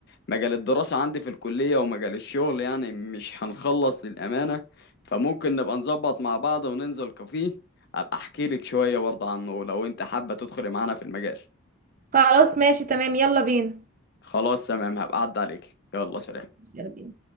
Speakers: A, on the left (about 50°); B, on the right (about 35°).
A: مجال الدراسة عندي في الكلية ومجال الشغل يعني مش هنخلص للأمانة فممكن نبقى نظبط مع بعض وننزل كافيه أبقى أحكي لك شوية برضه عنه لو أنت حابة تدخلي معانا في المجال
B: خلاص ماشي تمام يلا بينا
A: خلاص تمام هبقى أعد عليك يلا سلام
B: يلا بينا